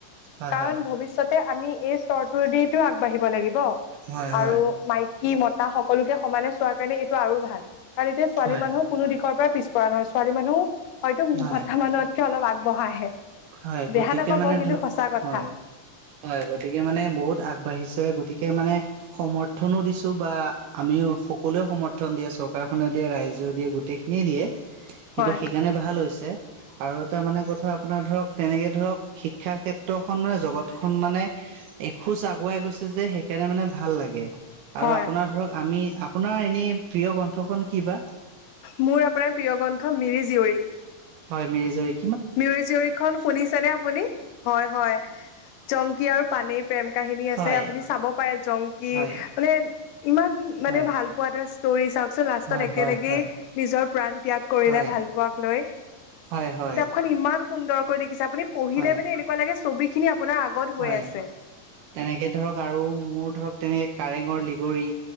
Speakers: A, on the right; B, on the left.
A: হয়
B: কাৰণ
A: হয় হয়
B: ভৱিষ্যতে আমি এই স্তৰটোদি টো আগবাঢ়িব লাগিব
A: হয় হয়
B: আৰু মাই কি মতা সকলোকে সমানে চোৱাৰ কাৰণে এইটো আৰু ভাল কাৰণ এতিয়া ছোৱালী
A: হয়
B: মানুহ কোনো দিশৰ পৰা পিছপৰা নহয়, ছোৱালী মানুহ হয়তো
A: হয়
B: <unintelligible> অলপ আগবঢ়াহে।
A: হয়
B: বেয়া
A: গতিকে
B: নাপাব
A: মানে
B: কিন্তু
A: ধ
B: সঁচা কথা।
A: হয় হয় গতিকে মানে বহুত আগবাঢ়িছে গতিকে মানে সমৰ্থনো দিছো বা আমিও সকলোৱে সমথ থন দিয়ে, চৰকাৰখনে দিয়ে, ৰাইজেও দিয়ে, গোটেইখিনিয়ে দিয়ে।
B: হয়
A: কিন্তু সেইকাৰণে ভাল হৈছে আৰু এটা মানে কথা আপোনাৰ ধৰক, তেনেকে ধৰক শিক্ষা ক্ষেত্ৰখন মানে জগতখন মানে এখোজ আগুৱাই গৈছে যে সেইকাৰণে মানে ভাল লাগে। আৰু
B: হয়
A: আপোনাৰ ধৰক, আমি আপোনাৰ এনে প্ৰিয় গ্ৰন্থখন কি বা?
B: মোৰ আপোনাৰ প্ৰিয় গ্ৰন্থ মিৰি-জীয়ৰী।
A: হয়, মিৰি-জীয়ৰী।
B: মিৰি জিয়ৰিখন শুনিছে নে আপুনি? হয়, হয় জংকী আৰু পানিৰ প্ৰেম কাহিনী আছে
A: হয়
B: আপুনি চাব পাৰে জংকি
A: হয়
B: মানে ইমান
A: হয়
B: মানে ভাল কোৱা এটা ষ্টৰি চাওকচোন লাষ্টত
A: হয়
B: একেলগেই
A: হয় হয়
B: নিজৰ প্ৰাণ ত্যাগ কৰিলে
A: হয়
B: ভাল পোৱাক লৈ।
A: হয়, হয়।
B: খন ইমান সুন্দৰকৈ দেখিছে, আপুনি পঢ়িলে
A: হয়
B: মানে এনেকুৱা লাগে ছবিখিনি আপোনাৰ আগত হৈ
A: হয়
B: আছে।
A: তেনেকে ধৰক আৰু মোৰ ধৰক তেনেকে কাৰেঙৰ লিগৰি।